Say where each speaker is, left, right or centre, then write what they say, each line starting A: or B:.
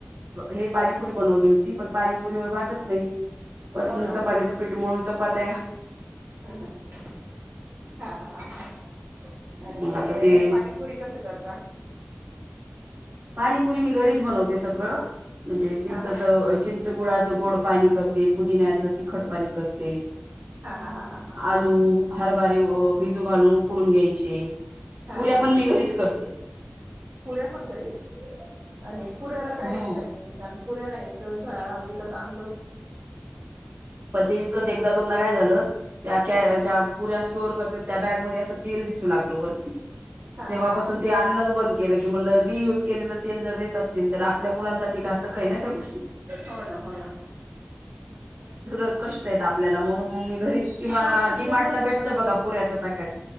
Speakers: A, on the right; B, on the right.
A: हे पाणीपुरी बनवली होती पण पाणीपुरी व भागत नाही परत
B: हो
A: मगं पाधचं पीठ मिळून पात
B: हम् ह हा ह ह
A: मग
B: आणि
A: आता ते
B: पाणीपुरी कसं करता
A: पानीपुरी म घरीच बनवते सगळं म्हणजे चिंचच
B: हा हा
A: चिंच गुळाचं गोड पाणी करते पुदिन्याचं तिखट पाणी करते
B: हा हा हा हा हा
A: आलू बारी बिजू घालून उकडून घ्यायचे
B: हा
A: पुऱ्या
B: हा हा
A: पण मी
B: हा
A: घरीच करते
B: पुऱ्या पण घरीच आणि पुऱ्याला काय
A: हम्म
B: कायकाय साहिते कारण पुरे नाही सहसाहा वििकत अनंतात
A: पण ते विकत एकदा दोनदा काय झालं त्या
B: हं
A: ज्या पुऱ्या स्टोर करत त्या बॅग म अस तेल दिसू लागलो वरती
B: हा
A: तेव्हापासून
B: हा हा हा
A: ते अन्नच बंद केलं कि म्ह रियूज केलेलं तेल जर देत असतील तर आपल्या मुलासाठी घातकही ना त्या गोष्टी
B: हो ना हो ना
A: क आपल्याला म्हणून म मी घरीच किंवाडीमार्टला
B: हो पण जमत नाही
A: भेटत
B: ना
A: बघा
B: ते
A: पुच कट